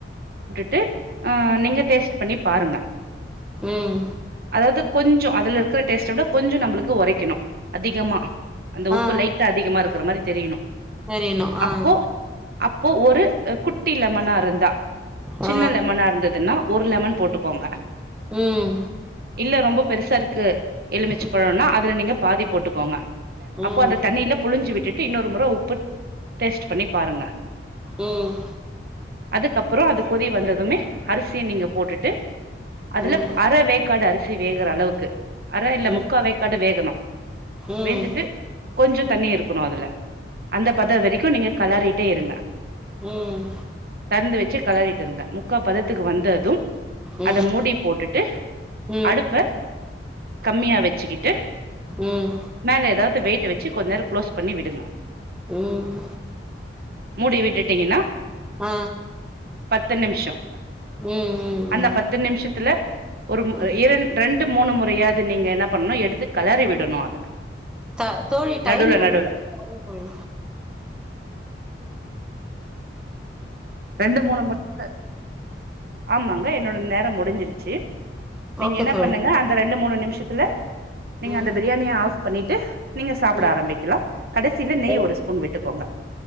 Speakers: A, on the right; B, in the centre.
A: த்து அ நீங்க டேஸ்ட் பண்ணி பாருங்க
B: ம்
A: அதாவது கொஞ் ஞ்ச அதுல இருக்கற டேஸ்ட்டா விட கொஞ்சம் நம்பளுக்கு உரைக்கணும் அதிகமா அந்த உப்பு
B: ஆ
A: லைட்டா அதிகமா இருக் க்குற மாரி தெரியணும்
B: தெரியணு ஆ
A: அப்போ அப்போ ஒரு குட் ட்டி லெமனா இருந்தா சின்ன
B: ஆ
A: லெமனா இருந்ததுனா ஒரு லெமன் போட்டுக்கோங்க
B: ம்
A: இல்ல ரொம்ப பெருசா இருக்கு எலுமிச்சபழன
B: ம்
A: அத் அதுல நீங்க பாதி போட்டுக்கோங்க
B: ம்
A: அப்போ அந்த தண்ணியில புழிஞ்சி விட்டு இன்னொரு மொரா உப்புட் டேஸ்ட் பண்ணி பாருங்க
B: ம்
A: அதுக்கப்பறோ அதுக் கொதி வந்ததுமே அரிசிய நீங்க போட்டுட்டு அதுல
B: ம்
A: அர வேக்காடு அர் சி வேகிற அளவுக்கு அர இல்ல
B: ம்
A: முக்காவேக்காடு
B: ம்
A: வேகணு
B: ம்
A: வேந்திட்டு கொஞ்ச தண்ணி இருக்கணு அதுல அந்த பதவரக்கும் நீங்க கலறிட்டே இருங்க
B: ம்
A: தெறந்து வச்சு கலறிட்டு இருங்க முக்கா பதத்துக்கு வந்ததும்
B: ம்
A: அத மூடி போட்டுட்டு
B: ம்
A: அடுப்ப கம்மியா வச்சுகிட்டு
B: ம்
A: மேல ஏதாது வெயிட்டு வச்சு கொஞ்ச நேர க்ளோஸ் பண்ணி விடுங்க
B: ம்
A: மூடி விட்டுட்டீங்கன்னா
B: ஆ
A: எத்தன நிமிஷம்
B: ம் ம் ம்
A: அந்த பத்து நிமிஷதுல ஒரு
B: ம்
A: இரண் ரெண்டு மூணு முறையாது நீங்க என்ன பண்ணணு எடுத்து கலறி விடணு அத
B: த தோழி டைம்
A: நடுவுல
B: முடி
A: நடுவுல
B: <inaudible> தோழி
A: ரெண்டு மூணு <inaudible> ஆமாங்க என்னோட நேரம் முடிஞ்சிருச்சு நீங்க
B: ஓகே
A: என்ன
B: தோழி
A: பண்ணுக அந்த ரெண்டு மூணு நி நிமிஷதுல நீங்க
B: ம்
A: அந்த பிரியாணிய ஆப் பண்ணிட்டு நீங்க சாப்பிட
B: ம்
A: ஆரம்பிகலா கடைசில நெய்
B: ஓ
A: ஒரு ஸ்பூன் விட்டுகோங்க